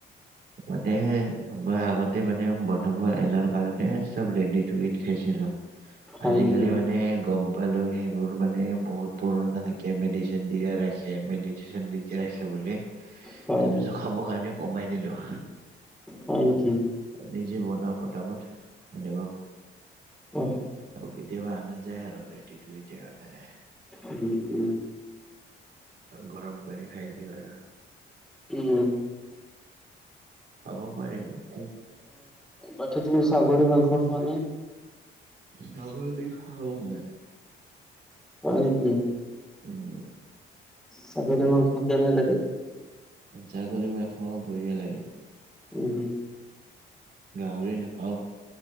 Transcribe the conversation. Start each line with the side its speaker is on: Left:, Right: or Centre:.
Right: মানে মই আগতে মানে বনাব এলাৰ কাৰণে চব ৰেডি টুইড খাইছিলো
Centre: হয়
Right: আজিকালি
Centre: নেকি
Right: মানে গম পালো সেইবোৰ মানে বহুত পুৰণা থাকে মেডিচিন দিয়া ৰাখে মেডিচিন দি কে ৰাখে বুলে
Centre: হয়
Right: তাৰপিছত খাব কাৰণে কমাই দিলো
Centre: হয় নেকি
Right: নিজে বনাৱা পটাপত সেনেকুৱা
Centre: অ'।
Right: আৰু কেতিয়াবা আনা যায় আৰু ৰেডিটুইডে আনা যায়
Centre: উম উম
Right: গৰম কৰি খাই দিব আৰু
Centre: উম
Right: খাব পাৰি কি
Centre: বাকি তুমি ছাগলি মাংস খোৱা নাই
Right: ছাগলী খাও মই।
Centre: হয় নেকি?
Right: উম
Centre: ছাগলী মাংস কেনে লাগে?
Right: ছাগলী মোৰ এশ বঢ়িয়া লাগে।
Centre: উম।
Right: গাহৰি নাখাওঁ।